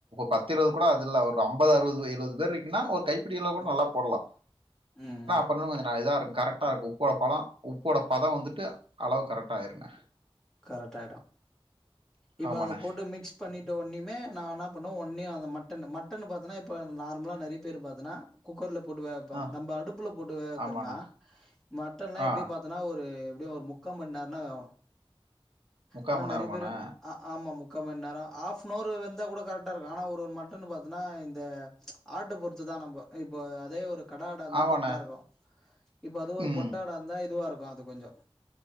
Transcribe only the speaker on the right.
பத்து இருபது கூட அதுல ஒரு ஐம்பது அறுபது எழுபது பேர் இருக்கினா ஒரு கை இப்படியெல்லா கூட
நல்லா போட்லா
கொஞ்சோ நஞ்சனா இதா இருக் கரெக்டா இருக்கு உப்பு ஒரப்பெல்லா உப்போட பத வந்துட்டு அளவு கரெக்டா ஆய்ருங்க
ஆமாண்ணே
ஆ
ஆமாண்ணே
ஆ
முக்கால்
மணி
நேரமாண்ணே
ஆமாண்ணே
ம்